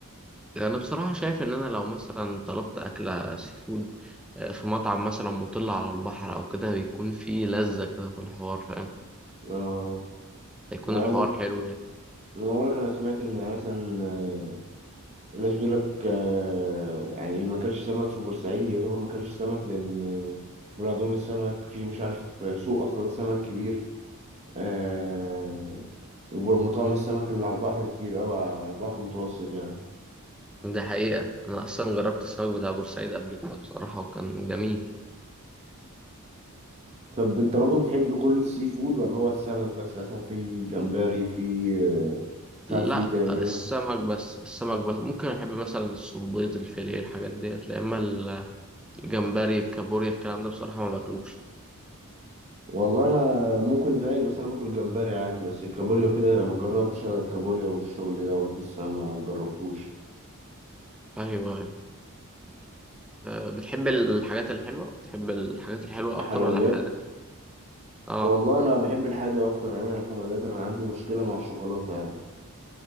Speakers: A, in the centre; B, on the right.
A: أنا بصراحة شايف إن أنا لو مثلا طلبت أكلة سي فود آه، في مطعم مثلا مطل على البحر أو كده بيكون فيه لذة كده في الحوار فاهم
B: اه
A: هيكون
B: يعني
A: الحوار
B: انا
A: حلو يعني
B: بقول لك انا سمعت ان يعني مثلا الناس بتقول لك آه، يعني اللي ما كانش سمك في بورسعيد يعتبر ما كانش سمك لأن مرادهم السمك في مش عارف سوق أصلا سمك كبير آه، ومطاعم السمك اللي على البحر كتير أوي على البحر المتوسط يعني
A: ده حقيقة أنا أصلا جربت السمك بتاع بورسعيد قبل كده بصراحة وكان جميل
B: طب أنت برضه بتحب كل السي فود ولا هو السمك بس مثلا في جمبري في آه، مش
A: لا
B: عارف إيه تاني
A: السمك بس السمك بس ممكن أحب مثلا الصبيط الفيليه الحاجات ديت لا إما ال- الجمبري الكابوريا الكلام ده بصراحة ما باكلوش
B: والله أنا ممكن زيك بس أنا باكل جمبري عادي بس الكابوريا كده ما جربتش أنا الكابوريا والشغل دوت لسه ما جربتوش
A: أيوه أيوه أه بتحب الحاجات الحلوة بتحب الحاجات الحلوة أكتر
B: حلويات
A: ولا الحادق؟ اه
B: والله انا بحب الحادق اكتر يعني أنا الحلويات انا عندي مشكله مع الشوكولاته يعني